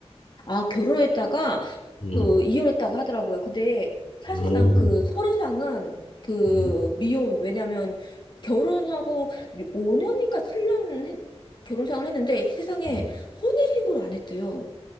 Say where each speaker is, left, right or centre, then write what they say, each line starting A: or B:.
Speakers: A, on the left (about 45°); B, on the left (about 80°).
A: 아, 결혼했다가
B: 음.
A: 그 이혼했다고 하더라고요. 근데 사실상
B: 음,
A: 그 서류상은 그
B: 음,
A: 미혼 왜냐면 결혼하고 5년인가 7년 결혼 생활 했는데 세상에
B: 음.
A: 혼인 신고를 안 했대요.